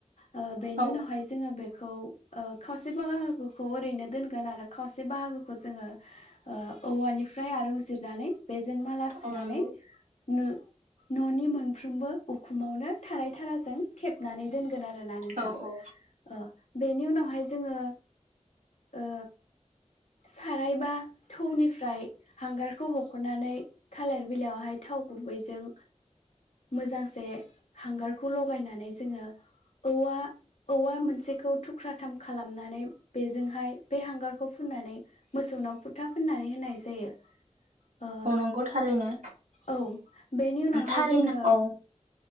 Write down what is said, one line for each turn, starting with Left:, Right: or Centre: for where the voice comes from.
Left: ओ बेनि
Right: औ
Left: उनावहाय जोङो बे खौ ओ खावसे बाहागोखौ ओरैनो दोनगोन आरो खावसे बाहागोखौ जोङो ओ औवानिफ्राय आरुं जिरनानै बेजों माला सुनानै
Right: औ नंगौ
Left: नु न'नि मोनफ्रोमबो उखुमावनो थाराय थाराजों थेबनानै दोनगोन आरो आरोना नोंथां
Right: औ औ
Left: ओ बेनि उनावहाय जोङो ओ सारायबा थौनिफ्राय हांगारखौ हख'नानै थालिर बिलाइयावहाय थाव गुबैजों मोजांसे हांगार खौ लगायनानै जोङो औवा औवा मोनसेखौ थुख्राथाम खालामनानै बेजोंहाय बे हांगारखौ फुननानै मोसौनाव फुथा फुननानै होनाय जायो ओ
Right: औ नंगौ थारैनो
Left: औ बेनि उनावहाय
Right: थारैनो
Left: जोङो
Right: औ